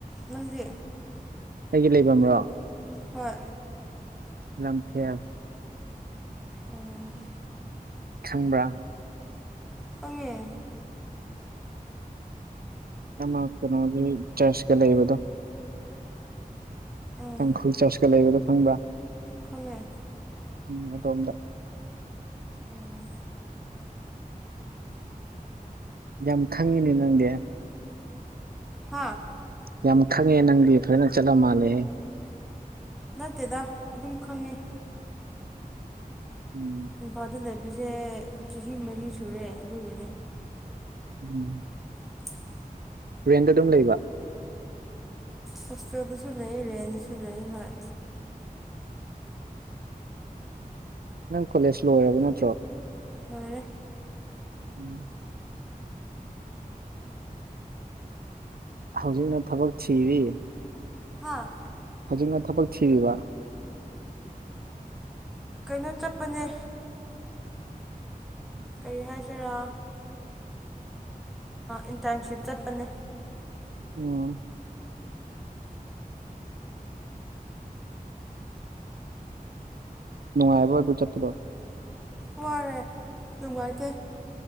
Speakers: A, in the centre; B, on the right (about 80°).
A: ꯅꯪꯗꯤ
B: ꯑꯩꯒꯤ ꯂꯩꯕꯝ꯭ꯔꯣ
A: ꯍꯣꯏ
B: ꯂꯝꯐꯦꯜ
A: ꯑꯣ
B: ꯈꯪꯕ꯭ꯔꯥ
A: ꯈꯪꯉꯦ
B: ꯑꯃ ꯀꯩꯅꯣꯒꯤ ꯆꯔꯁꯀ ꯂꯩꯕꯗꯣ
A: ꯎꯝ
B: ꯇꯥꯡꯈꯨꯜ ꯆꯥꯆꯀ ꯂꯩꯕꯗꯣ ꯈꯪꯕꯥ
A: ꯈꯪꯉꯦ
B: ꯎꯝ ꯑꯗꯣꯝꯗ
A: ꯑꯣ
B: ꯌꯥꯝ ꯈꯪꯉꯤꯅꯦ ꯅꯪꯗꯤ
A: ꯍꯥꯥ
B: ꯌꯥꯝ ꯈꯪꯉꯦ ꯅꯪꯗꯤ ꯐꯖꯅ ꯆꯠꯂ ꯃꯥꯜꯂꯦꯍꯦ
A: ꯅꯠꯇꯦꯗ ꯑꯗꯨꯝ ꯈꯪꯉꯦ
B: ꯎꯝ
A: ꯏꯝꯐꯥꯜꯗ ꯂꯩꯕꯁꯦ ꯆꯍꯤ ꯃꯔꯤ ꯁꯨꯔꯦ ꯑꯗꯨꯒꯤꯅꯦ
B: ꯎꯝ
A: <unintelligible>
B: ꯔꯦꯟꯗ ꯑꯗꯨꯝ ꯂꯩꯕ
A: ꯍꯣꯁꯇꯣꯗꯨꯁꯨ ꯂꯩ ꯔꯦꯟꯅꯤꯁꯨ ꯂꯩ ꯍꯣꯏ
B: ꯅꯪ ꯀꯣꯂꯦꯖ ꯂꯣꯏꯔꯕ ꯅꯠꯇ꯭ꯔꯣ
A: ꯃꯥꯔ
B: ꯎꯝ ꯍꯧꯖꯤꯛꯅ ꯊꯕꯛ ꯊꯤꯔꯤ
A: ꯍꯥꯥ꯫
B: ꯍꯧꯖꯤꯛꯅ ꯊꯕꯛ ꯊꯤꯔꯤꯕ
A: ꯀꯩꯅꯣ ꯆꯠꯄꯅꯦ ꯀꯔꯤ ꯍꯥꯏꯁꯤꯔꯥ ꯏꯟꯇꯔꯟꯁꯤꯞ ꯆꯠꯄꯅꯦ
B: ꯑꯣ ꯅꯨꯡꯉꯥꯏꯕ ꯑꯗꯨ ꯆꯠꯄꯗꯣ
A: ꯋꯥꯔꯦ ꯅꯨꯡꯉꯥꯏꯇꯦ